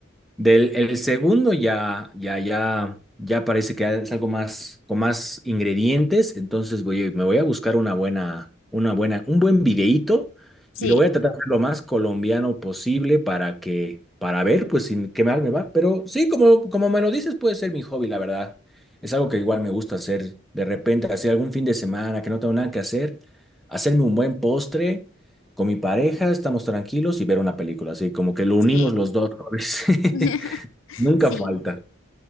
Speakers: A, in the centre; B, on the left.
A: del el segundo ya, ya, ya, ya parece que es algo más, con más ingredientes, entonces voy, me voy a buscar una buena, una buena, un buen videíto
B: sí,
A: y lo voy a tratar de hacer lo más colombiano posible para que, para ver, pues, sin qué mal me va. Pero sí, como, como me lo dices, puede ser mi hobby, la verdad. Es algo que igual me gusta hacer de repente, hacer algún fin de semana que no tengo nada que hacer, hacerme un buen postre con mi pareja, estamos tranquilos y ver una película, así como que lo unimos
B: sí,
A: los dos hobbies. <laughs>
B: <laughs>
A: Nunca
B: Sí.
A: falta.